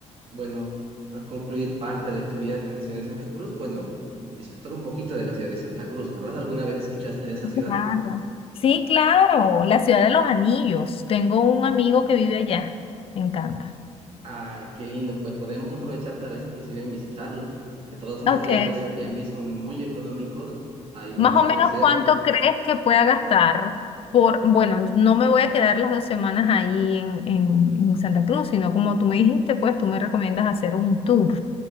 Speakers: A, on the right (about 50°); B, on the left (about 50°).
A: bueno, a concluir parte de tu viaje en la ciudad de Santa Cruz, bueno, disfrutar un poquito de la ciudad de Santa Cruz, ¿verdad? ¿Alguna vez escuchaste de esa ciudad?
B: Claro. Sí, claro, la ciudad de los anillos. Tengo un amigo que vive allá. Me encanta.
A: Ah, qué lindo, pues podemos aprovechar tal vez inclusive en visitarlo. De todos modos,
B: Ok.
A: allá los Airbnb son muy económicos, hay mucho
B: Más o menos
A: que hacer.
B: cuánto crees que pueda gastar por, bueno, no me voy a quedar las dos semanas ahí en, en, en Santa Cruz, sino como tú me dijiste, pues tú me recomiendas hacer un tour.